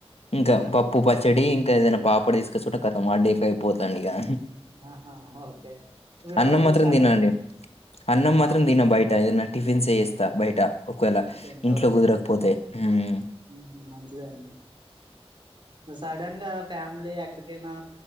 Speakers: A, on the left (about 75°); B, on the right (about 50°).
A: ఇంకా పప్పు, పచ్చడి ఇంకా ఏదైనా పాపడ్ తీసుకొచ్చంటే ఖతం, ఆడీక్ అయిపోతదండి ఇగా
B: ఆహా ఓకే ఇప్పుడు
A: అన్నం
B: సపోజ్
A: మాత్రం
B: సడన్
A: తినఅండి, అన్నం మాత్రం
B: ఆ
A: దిన బయట, ఏదన్నా టిఫిన్స్ ఏ చేస్తా బయట ఒకవేళ
B: ఓకే అండి
A: ఇంట్లో
B: ఓకే
A: కుదరకపోతే ఉమ్మ్
B: మ్మ్, మంచిదే అండి సడన్ గా ఫ్యామిలీ ఎక్కడికైనా